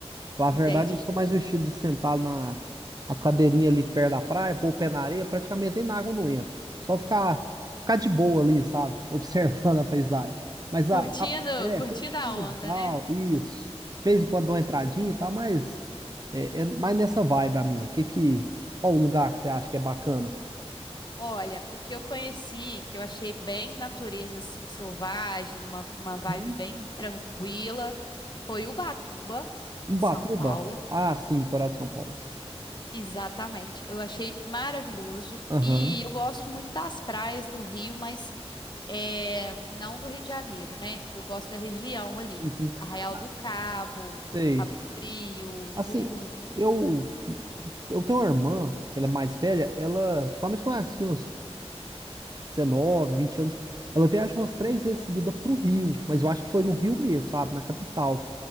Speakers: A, on the right; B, on the left.
A: Na
B: Entendi.
A: verdade, eu sou mais o estilo de sentar na a cadeirinha ali perto da praia, pôr o pé na areia, praticamente nem na água eu não entro. Só ficar, ficar de boa ali, sabe? <laughs> Observando a paisagem. Mas
B: Curtindo,
A: a, a- é,
B: curtindo
A: curtindo
B: a onda,
A: e tal,
B: né?
A: isso. De vez em quando dou uma entradinha e tal, mas é, é mais nessa vibe a minha. Que que, qual o lugar que você acha que é bacana?
B: Olha, o que eu conheci, que eu achei bem natureza assim selvagem, uma, uma vibe
A: Uhum.
B: bem tranquila, foi Ubatuba,
A: Ubatuba?
B: em São Paulo.
A: Ah, sim, litoral de São Paulo.
B: Exatamente. Eu achei maravilhoso
A: Aham.
B: e eu gosto muito das praias do Rio, mas é, não do Rio de Janeiro, né? Eu gosto da região ali,
A: Uhum.
B: Arraial
A: Ah,
B: do Cabo,
A: sei.
B: Cabo Frio,
A: Assim,
B: Búzios.
A: eu, eu tenho uma irmã, que ela é mais velha, ela, principalmente quando ela tinha uns 19, 20 anos, ela viaja umas três vezes seguida pro Rio, mas eu acho que foi no Rio mesmo, sabe, na capital.